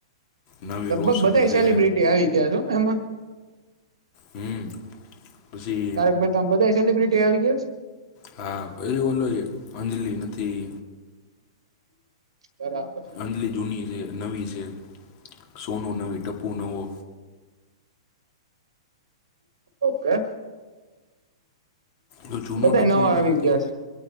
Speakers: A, on the left; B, on the right.
A: નવી
B: લગભગ
A: રોશન
B: બધા
A: છે
B: સેલિબ્રિટી આવી ગયા છો એમાં
A: હમ પછી
B: તારક મહેતા બધા સેલિબ્રિટી તે આવીયા
A: હા એ બોલોય અંજલી હતી
B: છે બરાબર
A: અંજલી જૂની છે નવી છે સોનું નવી ટપુ નવો
B: ઓકે
A: તો જૂનો
B: બધા
A: ટપુ
B: નવા
A: ને
B: આવી
A: આ તો
B: ગયા છે